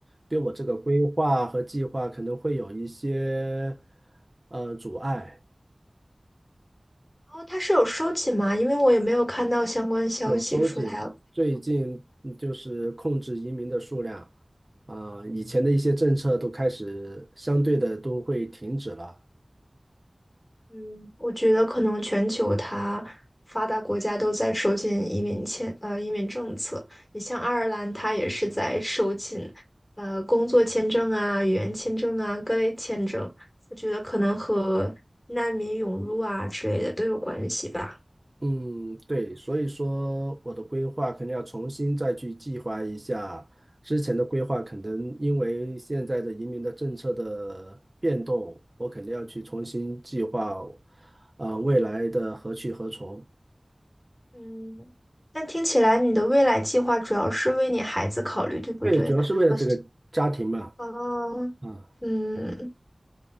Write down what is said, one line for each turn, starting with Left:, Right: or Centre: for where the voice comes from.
Right: 对我这个规划和计划可能会有一些呃阻碍，
Left: 哦，他是有收紧吗？因为我也没有看到相关消息说他要，
Right: 有收紧。最近嗯就是控制移民的数量啊，以前的一些政策都开始相对的都会停止了。
Left: 嗯，我觉得可能全球它发达国家都在收紧移民签，呃，移民政策。你像爱尔兰，它也是在收紧，呃，工作签证啊、语言签证啊、各类签证。我觉得可能和难民涌入啊之类的都有关系吧。
Right: 嗯，对，所以说我的规划肯定要重新再去计划一下。之前的规划可能因为现在的移民的政策的变动，我肯定要去重新计划，啊、未来的何去何从。
Left: 嗯，但听起来你的未来计划主要是为你孩子考虑，对不对？
Right: 对，主要是为了这个家庭嘛。
Left: 我哦，
Right: 啊、
Left: 嗯。